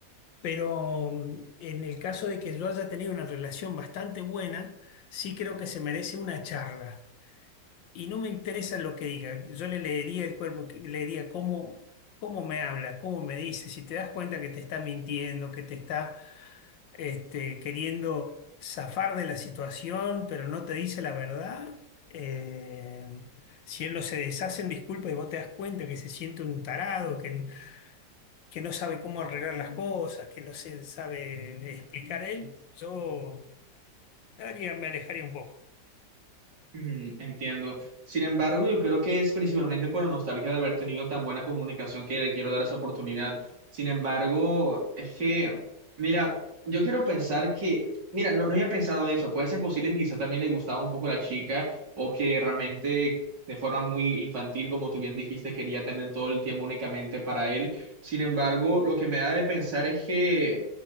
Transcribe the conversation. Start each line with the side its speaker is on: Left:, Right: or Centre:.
Left: pero mm, en el caso de que yo haya tenido una relación bastante buena, sí creo que se merece una charla. Y no me interesa lo que diga. Yo le leería el cuerpo, que- leería cómo, cómo me habla, cómo me dice. Si te das cuenta que te está mintiendo, que te está este, queriendo zafar de la situación, pero no te dice la verdad. eh, si él no se deshace en disculpas y vos te das cuenta que se siente un tarado, que, que no sabe cómo arreglar las cosas, que no se sabe explicar él, yo haría- me alejaría un poco.
Right: Mm, Entiendo. Sin embargo, yo creo que es principalmente por la nostalgia de haber tenido tan buena comunicación que le quiero dar esa oportunidad. Sin embargo, es que, mira, yo quiero pensar que, mira, no, no había pensado eso. Puede ser posible que quizá también le gustaba un poco la chica o que realmente de forma muy infantil, como tú bien dijiste, quería tener todo el tiempo únicamente para él. Sin embargo, lo que me da de pensar es que...